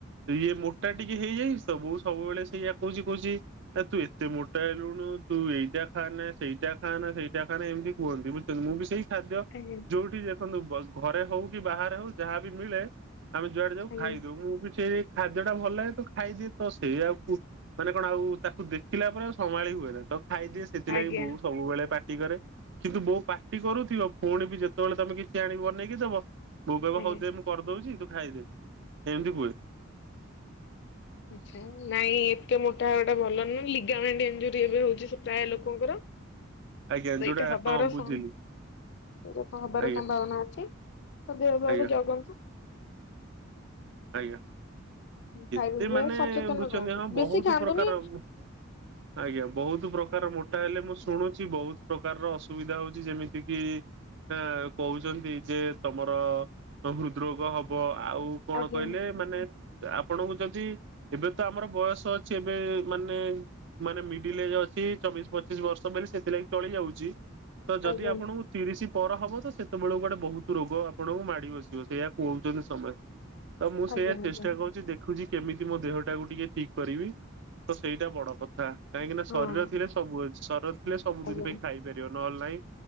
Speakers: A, on the right; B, on the left.
A: ଇଏ ମୋଟା ଟିକେ ହେଇଯାଇଚି ତ, ବୋଉ ସବୁବେଳେ ସେଇଆ କହୁଚି କହୁଚି ଏ ତୁ ଏତେ ମୋଟା ହେଲୁଣୁ ତୁ ଏଇଟା ଖାଆ ନା ସେଇଟା ଖାଆନା ସେଇଟା ଖାଆନା ଏମିତି କୁହନ୍ତି। ବୁଝୁଛନ୍ତି, ମୁଁ ବି ସେଇ ଖାଦ୍ୟ
B: ଆଜ୍ଞା
A: ଯୋଉଠି ଯେ ଦେଖନ୍ତୁ ଗ-ଘରେ ହଉ କି ବାହାରେ ହଉ ଯାହାବି ମିଳେ। ଆମେ ଯୁଆଡେ ଯାଉ
B: ଆଜ୍ଞା
A: ଖାଇଦଉ। ମୁଁ ବି ସେଇ ଖାଦ୍ୟ ଟା ଭଲ ଲାଗେ ତ ଖାଇଦିଏ। ତ ସେଇଆକୁ ମାନେ କଣ ଆଉ ତାକୁ ଦେଖିଲା ପରେ ଆଉ ସମ୍ଭାଳି ହୁଏନା ତ ଖାଇଦିଏ। ସେଥିଲାଗି
B: ଆଜ୍ଞା
A: ବୋଉ ସବୁବେଳେ ପାଟି କରେ। କିନ୍ତୁ ବୋଉ ପାଟି କରୁଥିବ, ପୁଣି ବି ଯେତେବେଳେ ତୋମେ କିଛି ଆଣି ବନେଇକି ଦବ ବୋଉ କହିବ
B: ଆଜ୍ଞା।
A: ହଉ ଦେ ମୁଁ କରିଦଉଚି। ତୁ ଖାଇଦେ, ଏମିତି କୁହେ।
B: ଆଚ୍ଛା, ନାଇଁ ଏତେ ମୋଟା ହବାଟା ଭଲ ନୁହଁ। ଲିଗାମେଣ୍ଟ ଏଞ୍ଜୋରି ଏବେ ହଉଛି ସେ ପ୍ରାୟ ଲୋକଙ୍କର।
A: ଆଜ୍ଞା
B: ସେଇଟା
A: ଯୋଉଟା
B: ହବାର
A: ହଁ ବୁଝିଲି
B: ସଙ୍ଗ <unintelligible> ହବାର
A: ଆଜ୍ଞା
B: ସମ୍ଭାବନା ଅଛି। ତ ଦେହ ପାଆ
A: ଆଜ୍ଞା
B: କୁ ଜଗନ୍ତୁ।
A: ଆଜ୍ଞା,
B: ଖାଇବା
A: ଏତେ
B: ପିଇବା
A: ମାନେ
B: ସଚେତନ
A: ବୁଝୁଛନ୍ତି
B: ରୁହନ୍ତୁ
A: ହଁ ବହୁତ
B: ବେଶୀ ଖାଆନ୍ତୁନି।
A: ପ୍ରକାର ର ଆଜ୍ଞା ବହୁତ ପ୍ରକାର ମୋଟା ହେଲେ ମୁଁ ସୁ ଶୁଣୁଛି ବହୁତ ପ୍ରକାରର ଅସୁବିଧା ହଉଛି, ଯେମିତି କିି ଏ, କହୁଛନ୍ତି ଯେ ତୋମର ହୃଦରୋଗ ହବ, ଆଉ କଣ
B: ଆଜ୍ଞା
A: କହିଲେ ମାନେ ତ ଆପଣଙ୍କୁ ଯଦି ଏବେ ତ ଆମର ବୟସ ଅଛି, ଏବେ ମାନେ ମାନେ ମିଡିଲ ଏଜ ଅଛି ଚବିଶ ପଚିଶ ବର୍ଷ ବୋଲି ସେଥିଲାଗି ଚଳି ଯାଉଛି। ତ ଯଦି
B: ଆଜ୍ଞା
A: ଆପଣଙ୍କୁ ତିରିଶ ପର ହବ ତ ସେ ସେତେବେଳକୁ କୁଆଡେ ବହୁତ ରୋଗ ଆପଣଙ୍କୁ ମାଡି ବସିବ ସେଇୟା କୁହୁଛନ୍ତି ସମୟେ ତ ମୁଁ
B: ଆଜ୍ଞା
A: ସେଇଆ
B: ଆଜ୍ଞା
A: ଚେଷ୍ ଦେଖୁଛି କେମିତି ମୋ ଦେହ ଟାକୁ ଟିକେ ଠିକ କରିବି। ତ ସେଇଟା ବଡ କଥା କାହିଁକି ନା
B: ହଁ
A: ଶରୀର ଥିଲେ ସବୁଅଛି ଶରୀର ଥିଲେ ସବୁଦିନ
B: ଆଜ୍ଞା
A: ପାଇଁ ଖାଇବି। ପାରିବ ନହେଲେ ନାଇଁ